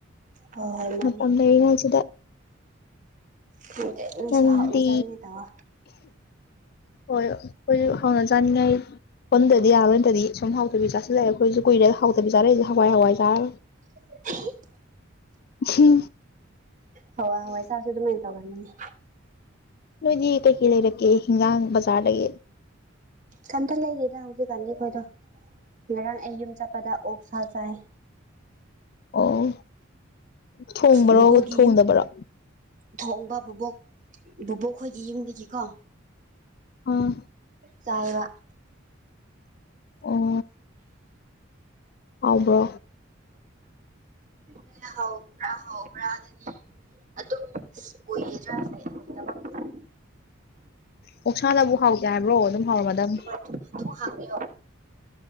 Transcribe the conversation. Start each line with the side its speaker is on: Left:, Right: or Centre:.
Right: ꯍꯣꯏ ꯍꯣꯏ ꯃꯥꯅꯤ
Left: ꯃꯇꯝ ꯂꯩꯩꯔꯤꯉꯩ ꯁꯤꯗ
Right: ꯈꯪꯗꯦ ꯅꯣꯏꯁꯨ
Left: ꯅꯪꯗꯤ
Right: ꯍꯥꯎꯅ ꯆꯥꯅꯤꯡꯉꯦ ꯇꯧꯋꯣ
Left: ꯍꯣꯏ ꯈꯣꯏꯁꯨ ꯍꯥꯎꯅ ꯆꯥꯅꯤꯡꯉꯩ ꯑꯣꯟꯗꯗꯤ ꯌꯥꯔꯔꯣꯏ ꯅꯠꯇꯥꯗꯤ ꯁꯨꯝ ꯍꯥꯎꯇꯕꯤ ꯆꯥꯁꯤꯜꯂꯦ ꯑꯩꯈꯣꯏꯖꯨ ꯀꯨꯏꯔꯦ ꯍꯥꯎꯇꯕꯤ ꯆꯥꯔꯛꯏꯁꯦ ꯍꯋꯥꯏ ꯍꯋꯥꯏ ꯆꯥꯔꯒ
Right: <unintelligible>
Left: <unintelligible>
Right: ꯍꯋꯥꯏ ꯍꯋꯥꯏ ꯆꯥꯔꯁꯨ ꯑꯗꯨꯃꯥꯏꯟ ꯇꯧꯒꯟꯕꯅꯦ
Left: ꯅꯣꯏꯗꯤ ꯀꯩꯀꯩ ꯂꯩꯔꯛꯀꯦ ꯍꯤꯟꯖꯥꯡ ꯕꯖꯥꯔꯗꯒꯤ
Right: ꯀꯩꯝꯇ ꯂꯩꯗꯦꯗ ꯍꯧꯖꯤꯛ ꯀꯥꯟꯗꯗꯤ ꯈꯣꯏ ꯇꯣ ꯉꯔꯥꯡ ꯑꯩ ꯌꯨꯝ ꯆꯥꯠꯄꯗ ꯑꯣꯛꯁꯥ ꯆꯥꯏ
Left: ꯑꯣ ꯊꯣꯡꯕꯔꯣ
Right: ꯕꯨꯕꯣꯛꯒꯤ
Left: ꯊꯣꯡꯗꯕꯔꯣ
Right: ꯌꯨꯝ ꯊꯣꯡꯕ ꯕꯣꯕꯣꯛ ꯕꯣꯕꯣꯛ ꯈꯣꯏꯒꯤ ꯌꯨꯝꯗꯒꯤꯀꯣ
Left: ꯑꯥ
Right: ꯆꯥꯌꯦꯕ
Left: ꯑꯣ ꯍꯥꯎꯕ꯭ꯔꯣ
Right: <unintelligible>
Left: ꯑꯣꯛꯁꯥꯅꯕꯨ ꯍꯥꯎꯇꯦ ꯍꯥꯏꯕ꯭ꯔꯣ ꯑꯗꯨꯝ ꯍꯥꯎꯔꯝꯃꯗꯝꯅꯤ
Right: ꯍꯣꯏ ꯊꯨꯅ ꯊꯣꯡ ꯍꯥꯡꯕꯤꯌꯣ